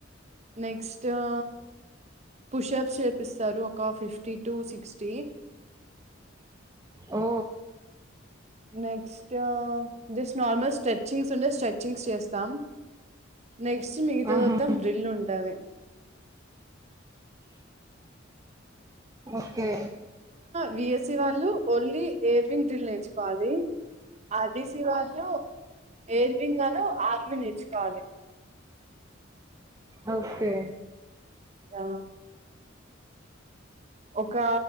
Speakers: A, on the right; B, on the right.
A: నెక్స్ట్ ఆ పుష్యాస్ చేపిస్తారు ఒక ఫిఫ్టీ టు సిక్స్టీ
B: ఓ
A: నెక్స్ట్ జస్ట్ నార్మల్ స్ట్రెచింగ్స్ ఉంటే స్ట్రెచింగ్స్ చేస్తాం నెక్స్ట్ మిగత
B: ఆహా
A: దంతా డ్రిల్ ఉంటది
B: ఓకే
A: బిఎస్సి వాళ్ళు ఓన్లీ ఎయిర్ వింగ్ గ్రిల్ నేర్చుకోవాలి ఆర్టీసి వాళ్ళు ఎయిర్ వింగ్ అన్నా ఆర్వి నేర్చుకోవాలి
B: ఓకే
A: రా ఓకా